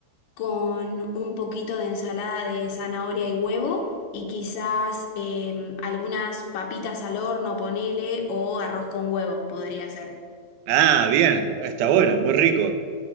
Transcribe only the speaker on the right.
Ah, bien. Está bueno, muy rico.